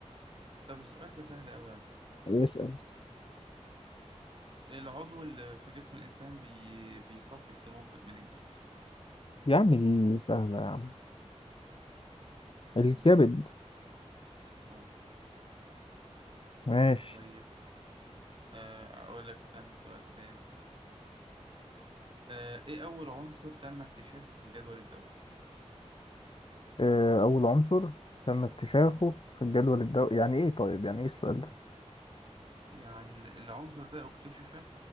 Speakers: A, on the right; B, on the left.
A: طب السؤال ده سهل قوي يعني.
B: اسأل
A: العضو اللي في جسم الانسان بي... بيصفي السموم في- من الجسم
B: يا عم دي سهلة يا عم الكبد
A: مم، صح
B: ماشي
A: طيب آه، أقول لك استنى سؤال تاني آه، إيه أول عنصر تم اكتشافه في الجدول الدوري؟
B: آه، أول عنصر تم اكتشافه
A: آه
B: في الجدول الدوري يعني إيه طيب يعني إيه السؤال ده؟
A: يعني ال- العنصر ده اكتشف